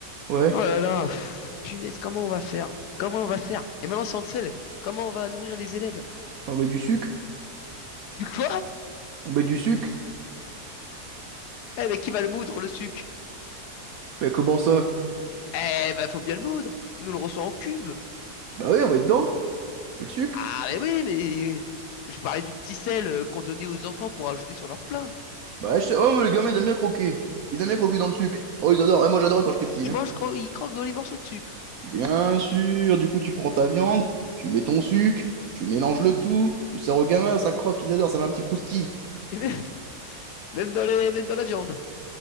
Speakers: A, on the right; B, on the left.
A: Ouais.
B: Oh là là, pff, punaise, comment on va faire? Comment on va faire? Et maintenant, sans le sel, comment on va nourrir les élèves?
A: On met du sucre?
B: Tu quoi?
A: On met du sucre?
B: Eh, mais qui va le moudre, le sucre?
A: Mais comment ça?
B: Eh, ben, faut bien le moudre. Nous on le reçoit en cube.
A: Bah oui, on met dedans. On le sucre?
B: Ah, mais oui, mais je parlais du petit sel euh, qu'on donnait aux enfants pour ajouter sur leur plat.
A: Bah je sais- Oh, mais les gamins, ils aiment bien croquer. Ils aiment bien croquer dans le sucre. Oh, ils adorent. Et moi, j'adorais quand j'étais
B: Ils
A: petit,
B: ils
A: hein.
B: mangent, cro- ils croquent dans les morceaux de sucre.
A: Bien sûr. Du coup, tu prends ta viande, tu mets ton sucre, tu mélanges le tout, tu sers aux gamins, ça croque, ils adorent, ça fait un petit croustille.
B: <laughs> Et même, même dans les, même dans la viande.